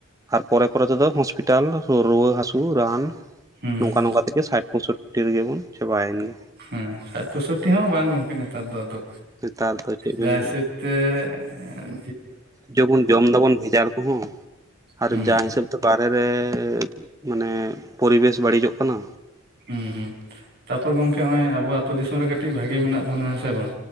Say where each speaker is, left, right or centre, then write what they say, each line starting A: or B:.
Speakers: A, on the right; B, on the right.
A: ᱟᱨ ᱯᱚᱨᱮ ᱯᱚᱨᱮ ᱛᱮᱫᱚ ᱦᱚᱥᱯᱤᱴᱟᱞ ᱨᱩᱣᱟᱹ ᱦᱟᱹᱥᱩ ᱨᱟᱱ
B: ᱦᱩᱸ
A: ᱱᱚᱝᱠᱟ ᱱᱚᱝᱠᱟ ᱛᱮᱜᱮ ᱥᱟᱴ ᱯᱳᱸᱥᱳᱴᱴᱤ ᱨᱮᱜᱮ ᱵᱚᱱ ᱪᱟᱵᱟᱭᱮᱱ ᱜᱮ᱾
B: ᱦᱮᱸ ᱥᱟᱴ ᱯᱳᱥᱳᱴᱴᱤ ᱦᱚᱸ ᱵᱟᱝ ᱜᱚᱝᱠᱮ ᱱᱮᱛᱟᱨ ᱫᱚ ᱟᱫᱚ
A: ᱱᱮᱛᱟᱨ ᱫᱚ ᱪᱮᱫ ᱵᱮᱱ
B: ᱡᱟ ᱦᱤᱥᱟᱹᱵ ᱛᱮᱻ ᱮᱸᱢ
A: ᱡᱮᱵᱚᱱ ᱡᱚᱢ ᱫᱟᱵᱚᱱ ᱵᱷᱮᱡᱟᱞ ᱠᱚᱦᱚᱸ ᱟᱨ
B: ᱦᱩᱸ
A: ᱡᱟ ᱦᱤᱥᱟᱹᱵ ᱛᱚ ᱵᱟᱨᱦᱮ ᱨᱮᱻ ᱢᱟᱱᱮ ᱯᱚᱨᱤᱵᱮᱥ ᱵᱟᱹᱲᱤᱡᱚᱜ ᱠᱟᱱᱟ
B: ᱦᱩᱸ ᱦᱩᱸ ᱛᱟᱨᱯᱚᱨ ᱜᱚᱝᱠᱮ ᱦᱚᱸᱜᱼᱚᱭ ᱟᱵᱚ ᱟᱹᱛᱩ ᱫᱤᱥᱚᱢ ᱨᱮ ᱠᱟᱹᱴᱤᱡ ᱵᱷᱟᱜᱤ ᱢᱮᱱᱟᱜ ᱵᱚᱱᱟ ᱦᱮᱸ ᱥᱮ ᱵᱟᱝ